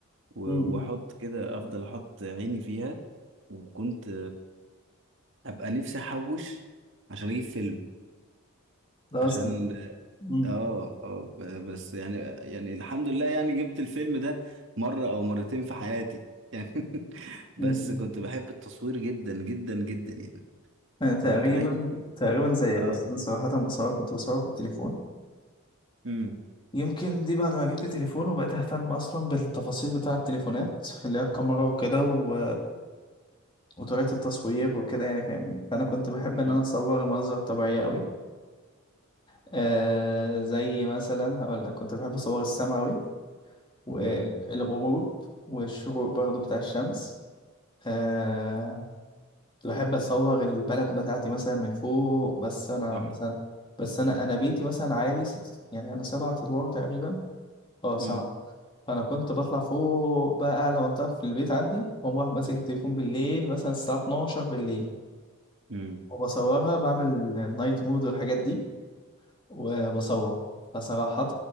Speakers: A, on the right (about 60°); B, on the left (about 25°).
A: و-
B: مم.
A: واحط كده افضل احط عيني فيها وكنت ابقى نفسي احوش عشان اجيب فيلم
B: ده
A: عشان
B: اصلا مم.
A: اه اه ب- بس يعني يعني الحمد لله يعني جبت الفيلم ده مرة او مرتين في حياتي يعني <laughs> بس
B: مم.
A: كنت بحب التصوير جدا جدا جدا يعني
B: انا تقريبا
A: كنت اي
B: تقريبا زيك
A: اه
B: بس انا صراحة بصور كنت بصور بالتليفون
A: امم
B: يمكن دي بعد ما جبت تليفون وبقيت اهتم اصلا بالتفاصيل بتاع التليفونات اللي هي الكاميرا وكده و... وطريقة التصوير وكده يعني فاهمني فانا كنت بحب
A: امم
B: ان انا اصور المناظر الطبيعية قوي آه زي مثلا هقول لك كنت بحب اصور السما قوي والغروب
A: امم
B: والشروق برضو بتاع الشمس آه كنت بحب اصور البلد بتاعتي مثلا من فوق بس انا
A: تحفة
B: مثلا بس انا انا بيتي مثلا عالي ست يعني انا سبعة ادوار تقريبا اه سبعة
A: امم
B: فانا كنت بطلع فوق بقى اعلى منطقه في البيت عندي واقوم رايح ماسك التليفون بالليل مثلا الساعه 12 بالليل
A: امم
B: وبصورها بعمل نايت مود والحاجات دي وبصور فصراحه